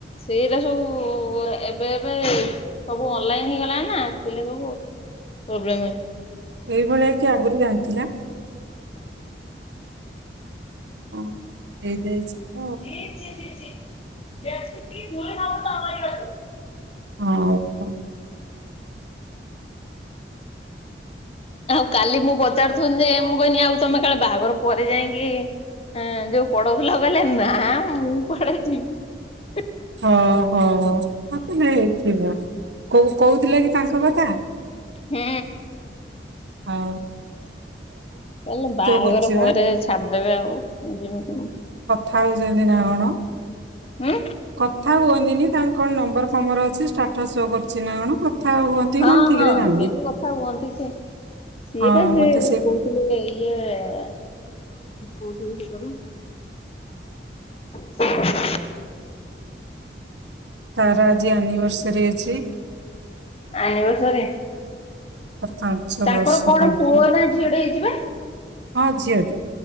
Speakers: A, on the left (about 35°); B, on the right (about 85°).
A: ସେଇରା ସବୁ ଏବେ ଏବେ ସବୁ ଅନଲାଇନ ହେଇଗଲା ସେରା ସବୁ ପ୍ରୋବ୍ଲ
B: ଏଇଭଳିଆ କି ଆଗରୁ ଜାଣିଥିଲା। ହଁ ହେଇଯାଇଛି।
A: <unintelligible>
B: ତ
A: ଭୁଲ ଧବ ତ ଆମ ଗ <unintelligible>
B: ହଁ ।
A: ଆଉ କାଲି ମୁଁ ପଚାରୁଥଥିଲି ଯେ ମୁଁ କହନି ଆଉ ତମେ କାଳେ ବାହାଘର ପରେ ଯାଇକି ଯୋଉ ପଡଉଥିଲା କହିଲେ ନା ମୁଁ କୁଆଡ଼େ ଜିବୀ
B: ହଁ ହୋ ମତେ ହେଇଥିବ <unintelligible> କ କହୁଥିଲା କି ତାଙ୍କ କଥା।
A: ହୁଁ।
B: ହଁ।
A: କହିଲ ବାହାଘର
B: କରୁଛି
A: ପରେରେ
B: ବା
A: ଛାଡିଦେବେ ଯମି
B: ଥାଉଛନ୍ତି ନା କଣ?
A: ହୁଁ।
B: କଥା ହୁଅନ୍ତିନି ତାଙ୍କ କଣ ନମ୍ବର ଫମ୍ବର୍ ଅଛି ଷ୍ଟାଟସ୍ ସୋ କରୁଛି ନା କଣ? କଥା ହୁଅନ୍ତି
A: ହଁ
B: କଣ ଠିକ
A: ହଁ
B: ରେ ଜାଣିନି।
A: ଏବେ ବି କଥା ହୁଅନ୍ତି ସେ ସିଏ
B: ହଁ
A: ବା କହୁଥିଲେ
B: ମତେ ସେ
A: ଇଏ ଆ ଏଇଏ କ ଠ କ <unintelligible>
B: ତାର ଆଜି ଆନିଭର୍ସରୀ ଅଛି।
A: ଆନିଭର୍ସରି।
B: ହଁ। ପାଞ୍ଚ
A: ତାଙ୍କର
B: ବର୍ଷ
A: କଣ
B: କମ୍ପ୍ଲିଟ
A: ପୁଅ ନା ଝିଅ ଟେ ହେଇଚିପା?
B: ହଁ ଝିଅଟି।